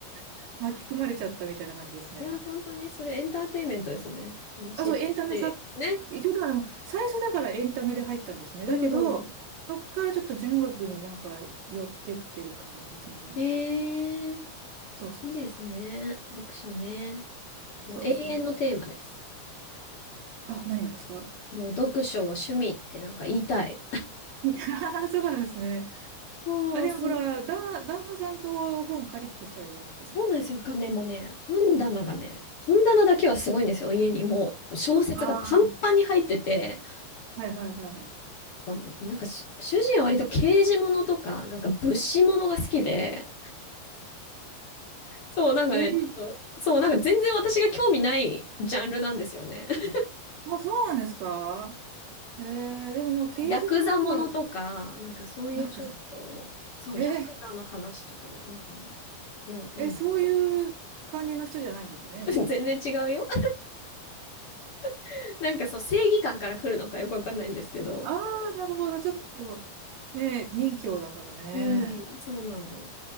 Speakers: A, on the right; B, on the left.
A: <laughs> 巻き込まれちゃったみたいな感じですね。
B: いや、本当にそれエンターテインメントですね。楽しいし。
A: あ、そう、エンタメさ、
B: ね。
A: 一応だから、最初だからエンタメで入ったんですね。
B: うん。
A: だけど、そっからちょっと純学になんか寄ってってる感じですね、今。
B: ええ
A: そうそうそうそう。
B: いいですね。読書ね。
A: そうそうそう。
B: もう永遠のテーマです。
A: あ、何がですか
B: もう読書を趣味ってなんか言いたい。
A: あ <laughs> そうなんですね。
B: そう、
A: あ、でもほら、
B: す、
A: だ、旦那さんと本借りっこしたらいいじゃないですか、
B: そうなんですよ。
A: じゃあ
B: だからね、もうね、本棚がね、本棚だけはすごいんですよ。家にもう小説がパンパンに入ってて、
A: ああ、はいはいはいはい。
B: なんかもうなんかし主人は割と刑事物とか、なんか物資物が好きで、そう、なんかね、
A: へえ、け、
B: ちょっと、そう、なんか全然私が興味ないジャンルなんですよね。<laughs>
A: あ、そうなんですかえー、でもまあ、刑事物とか、
B: ヤクザものとか、なんかそういうちょっと、
A: ヤクザ。
B: そう、
A: えー、
B: ヤクザの話とかね、なんかね、よ、読んでるよ。
A: え、そういう感じの人じゃないんですよね、
B: <laughs>
A: もちろん。
B: 全然違うよ。<laughs> なんかそう、正義感から来るのかよくわかんないんですけど。
A: あ <laughs> あ、なるほど。ちょっと、ね、任侠だからね。
B: うん、そうなの。